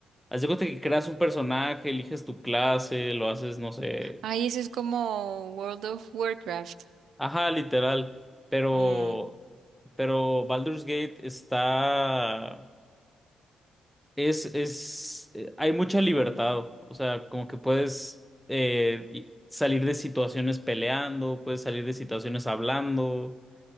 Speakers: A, in the centre; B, on the right.
A: haz de cuenta que creas un personaje, eliges tu clase, lo haces, no sé.
B: Ay, ese es como World of Warcraft.
A: Ajá, literal. Pero,
B: Mm,
A: pero Baldur's Gate está. Es, es. eh, Hay mucha libertad. O sea, como que puedes eh, y- salir de situaciones peleando, puedes salir de situaciones hablando.